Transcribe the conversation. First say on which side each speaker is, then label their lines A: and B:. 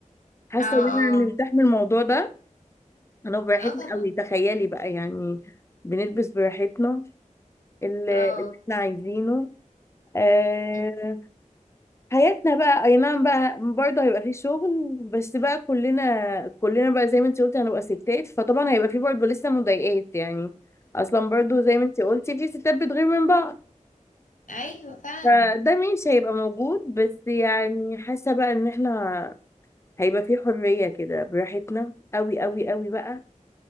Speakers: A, on the left; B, on the left.
A: حاسه
B: اه اه
A: ان انا مرتاح من الموضوع ده انا براحتنا
B: اه طبعا
A: قوي تخيلي بقى يعني بنلبس براحتنا ال- اللي
B: اه
A: احنا عايزينه آه
B: مم.
A: حياتنا بقى اي نعم بقى برضه هيبقى فيه شغل بس بقى كلنا كلنا بقى زي ما انت قلتي هنبقى ستات فطبعا هيبقى فيه برضه لسه مضايقات يعني اصلا برضه زي ما انت قلتي في ستات بتغير من بعض
B: ايوه فعلا
A: فده مش هيبقى موجود بس يعني حاسه بقى ان احنا هيبقى فيه حريه كده براحتنا قوي قوي قوي بقى